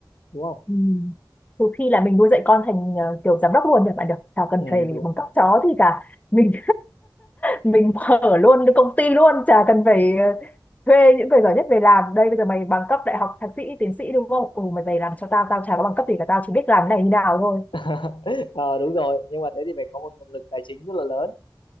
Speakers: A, on the left; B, on the left.
A: đúng không
B: Ừ. Trừ khi là mình nuôi dạy con thành ờ, kiểu giám đốc luôn nhỉ bạn được chả cần
A: ừ,
B: phải
A: đúng
B: bằng cấp chó thì cả <laughs> mình mình mở luôn cái công ty luôn chả cần phải ờ, thuê những người giỏi nhất về làm đây bây giờ mày bằng cấp đại học thạc sĩ tiến sĩ đúng không ừ mày về làm cho tao tao chả có bằng cấp gì cả tao chỉ biết làm cái này như nào thôi
A: <laughs> ờ đúng rồi nhưng mà thế thì phải có một nguồn lực tài chính rất là lớn